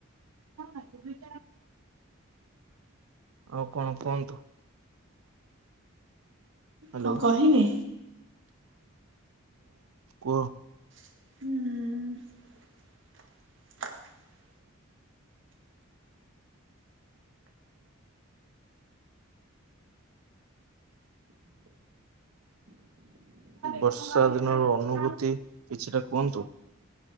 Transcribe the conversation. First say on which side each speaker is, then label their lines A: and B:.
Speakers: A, on the right; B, on the right.
A: <unintelligible> ଆଉ କଣ କୁହନ୍ତୁ। ହାଲୋ
B: କଣ
A: ହୁଁ
B: କହିବି
A: କୁହ।
B: ହୁଁ।
A: ବର୍ଷା ଦିନର ଅନୁଭୂତି କିଛିଟା କୁହନ୍ତୁ।